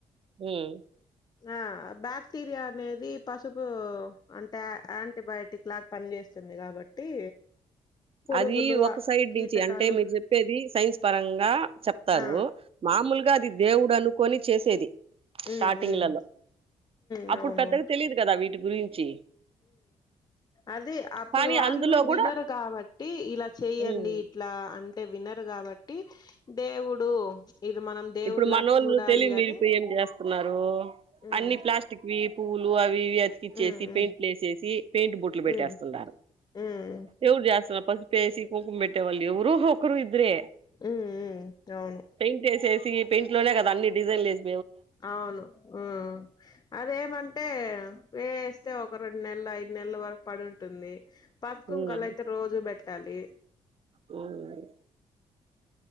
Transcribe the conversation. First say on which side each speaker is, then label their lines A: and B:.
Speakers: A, on the right (about 40°); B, on the left (about 25°).
A: హ్మ్
B: ఆ బాక్టీరియా అనేది పసుపు అంటే యాంటీబయోటిక్ లాగా పనిచేస్తుంది కాబట్టి పురుగులు
A: అది ఒక
B: ఆ
A: సైడ్
B: కీటకాలు
A: నుంచి అంటే మీరు చెప్పేది సైన్స్ పరంగా చెప్తారు,
B: ఆ
A: మామూలుగా అది దేవుడు అనుకొని చేసేది
B: హ్మ్
A: స్టార్టింగ్‌లలో.
B: హ్మ్ మ్
A: అప్పుడు
B: అవునవును
A: పెద్దగా తెలీదు కదా వీటి గురించి.
B: అదే అప్పుడు
A: కానీ
B: వాళ్ళు
A: అందులో
B: వినరు
A: గూడా
B: కాబట్ట్ ఈ ఇలా చేయండి
A: హ్మ్.
B: ఇట్లా అంటే వినర్ కాబట్టి దేవుడు ఇది మనం దేవుడిలాగా
A: ఇప్పుడు మనోళ్ళు
B: చూడాలి
A: తెలివి మీరీ
B: అని
A: పోయి ఏం చేస్త న్నరు
B: హ్మ్.
A: అన్ని ప్లాస్టిక్ వి పూలు అవి అతికిచ్చేసి
B: హ్మ్. హ్మ్.
A: పెయింట్లు వేసేసి పెయింట్ బోట్లు పెట్టేస్తున్నారు
B: హ్మ్. హ్మ్.
A: ఎవడు చేస్తున్నాడు పసు పేసి కుంకు బెట్టే వళ్లేవరు ఒక్కరు ఇద్దరే
B: హ్మ్. హ్మ్. అవును.
A: పేయింట్ ఏసేసి దింట్లోనె కద అన్ని డిజైన్లేసి
B: అవును హ్మ్ అదేమంటే వేస్తే ఒక రెండు నెలల ఐదు నెలల వరకు పడింటుంది పసుకుంకాలైతే
A: హ్మ్.
B: అయితే రోజు పెటు తాల్లే
A: హ్మ్..